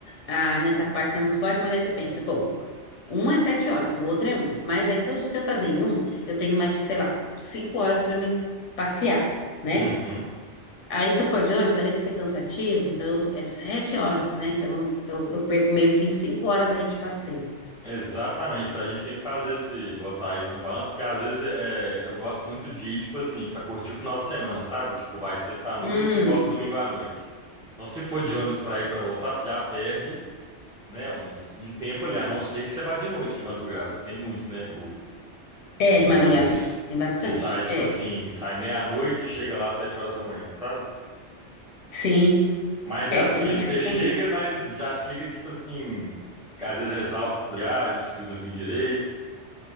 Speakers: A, on the left; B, in the centre.
A: ah, nessa parte do transporte, mas aí você pensa, pô, um é sete horas, o outro é um. Mas aí se eu, se eu fazer em um, eu tenho mais, sei lá, cinco horas para me passear, né?
B: Uhum,
A: Aí, se eu for de ônibus, além de ser cansativo, então é sete horas, né? Então eu, eu perco meio que cinco horas aí de passeio.
B: exatamente. Então a gente tem que fazer esse, botar isso na balança, porque às vezes é, eu gosto muito de ir, tipo assim, pra curtir o final de semana, sabe? Tipo, vai sexta à noite
A: Hum,
B: e volta domingo à noite. Então se for de ônibus pra ir e pra voltar, você já perde. Né, um, um tempo ali, a não ser que você vá de noite, de madrugada, que tem muito, né? O,
A: é,
B: Os
A: de madrugada
B: ônibus
A: tem, tem bastante.
B: que sai, tipo
A: É,
B: assim, sai meia-noite e chega lá às sete horas da manhã, sabe?
A: sim,
B: Mas
A: é,
B: é aquilo,
A: tem
B: você
A: essa
B: chega,
A: também.
B: mas já chega, tipo assim, às vezes exausto da viagem, não conseguiu dormir direito,